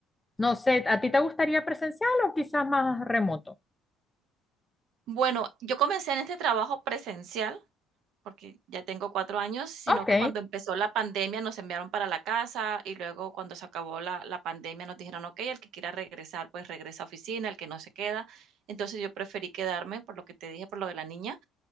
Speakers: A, on the left; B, on the right.
A: No sé, ¿a ti te gustaría presencial o quizás más remoto?
B: Bueno, yo comencé en este trabajo presencial Porque ya tengo 4 años, sino
A: Ok,
B: que cuando empezó la pandemia nos enviaron para la casa y luego cuando se acabó la la pandemia nos dijeron: "Okey, el que quiera regresar, pues regresa a oficina, el que no se queda". Entonces yo preferí quedarme por lo que te dije, por lo de la niña,